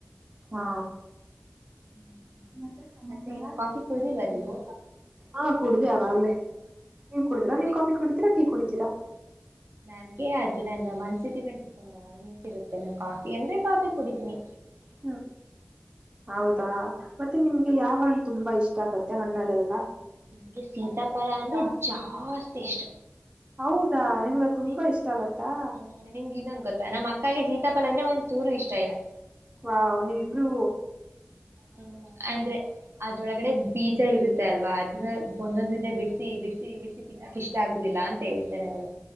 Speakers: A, on the right; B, on the right.
A: ಹಾ
B: ಹ್ಮ್
A: ಮತ್ತೆ ಸಮಾಚಾರ
B: ಇವಾಗ ಕಾಫಿ ಕುಡ್ದಿಲ್ವಾ ನೀವು
A: ಹಾ ಕುಡ್ದ ಅವಾಗಲೇ ನೀವು ಕುಡಿದೀರಾ
B: ಸ್ನಾಕ್ಸ್
A: ನೀವು ಕಾಫಿ ಕುಡಿತೀ ಟೀ ಕುಡಿತೀರಾ
B: ನನ್ಗೆ ಅದು ನನ್ನ ಮನ್ಸ್ಥಿತಿ ಮೇ ನಿಂತಿರುತ್ತೆ ಮ ನಾನು ಕಾಫಿ ಎಂದ್ರೆ ಕಾಫಿ ಕುಡಿತೀನನಿ
A: ಹ್ಮ ಹೌದಾ ಮತ್ತೆ ನಿಮ್ಗೆ ಯಾವ ಹಣ್ಣು ತುಂಬಾ ಇಷ್ಟ ಆಗತ್ತೆ ಹಣ್ಣ ಅಲ್ಲದಲ್ಲಾ
B: ನಂಗೆ ಸೀತಾಫರ ಅಂದ್ರೆ ಜಾಸ್ತಿ ಇಷ್ಟ
A: ಹೌದಾ ನಿಮ್ಗ ತುಂಬಾ
B: ನಿಮ್ಗೆ
A: ಇಷ್ಟ ಆಗತ್ತಾ
B: ಹ್ಮ್ ನಿಮ್ಗೆ ಇನ್ನೊಂದು ಗೊತ್ತಾ ನಮ್ಮ ಅಕ್ಕಗೆೆ ಸೀತಾಪಾ ಅಂದೆ ಒಂದ್ ಚೂರು ಇಷ್ಟ ಇಲ್ಲ
A: ವಾ ನೀಬರು
B: ಹ್ಮ ಅಂದ್ರೆ ಅದೊಳಗಡೆ ಬೀಜ ಇರುತ್ತೆ ಅಲ್ವಾ ಅದನ್ನ ಒಂದೊಂದ ದಿನ ಬಿಡ್ಸಿ ಬಿಡ್ಸಿ ಬಿಡ್ಸಿ ತಿನ್ನೋಕ್ ಇಷ್ಟ ಆಗುದಿಲ್ಲಾ ಅಂತ ಹೇಳ್ತಾಳೆ ಅವಳು